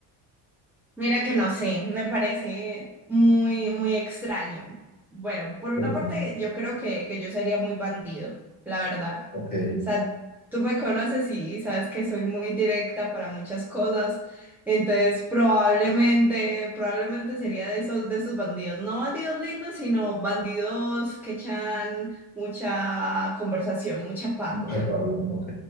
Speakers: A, in the centre; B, on the left (about 20°).
A: Mira que no sé, me parece muy, muy extraño. Bueno, por una
B: ¿Por
A: parte
B: qué?
A: yo creo que, que yo sería muy bandido, la verdad.
B: Ok.
A: O sea, tú me conoces y, y sabes que soy muy directa para muchas cosas, entonces probablemente, probablemente sería de esos, de esos bandidos. No bandidos lindos, sino bandidos que echan mucha conversación, mucha parla.
B: Ya, Pablo, ok.